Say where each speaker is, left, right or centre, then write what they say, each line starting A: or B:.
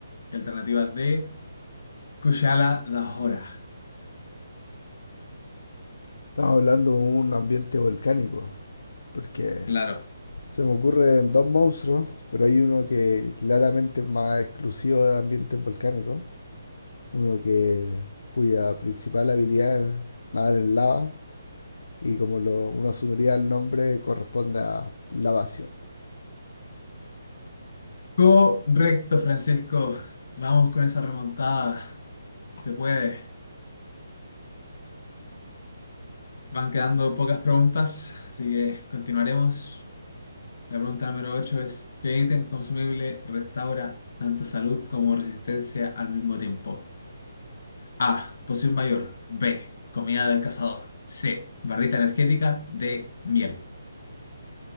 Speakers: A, on the left (about 60°); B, on the left (about 75°).
A: Alternativa D, Kushala Dahora.
B: Estamos hablando de un ambiente volcánico, porque
A: Claro.
B: Se me ocurren dos monstruos, pero hay uno que claramente es más exclusivo de ambientes volcánicos, uno que cuya principal habilidad es nadar en lava y como lo, uno asumiría el nombre corresponde a lavación.
A: Correcto, Francisco. Vamos con esa remontada. Se puede. Van quedando pocas preguntas, así que continuaremos. La pregunta número 8 es, ¿qué ítem consumible restaura tanto salud como resistencia al mismo tiempo? A. Poción mayor. B. Comida del cazador. C. Barrita energética. D. Miel.